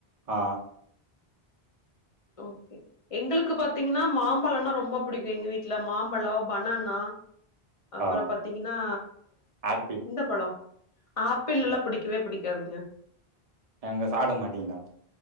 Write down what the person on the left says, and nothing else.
ஓகே எங்களுக்கு பாத்தீங்கனா மாம்பழனா ரொம்ப புடிக்கு எங்க வீட்ல மாம்பழ பனா னா அப்புற
பாத்தீங்னா
இந்த பழ ஆப்பிள்லெல்லா புடிக்கவே புடிக்காதுங்க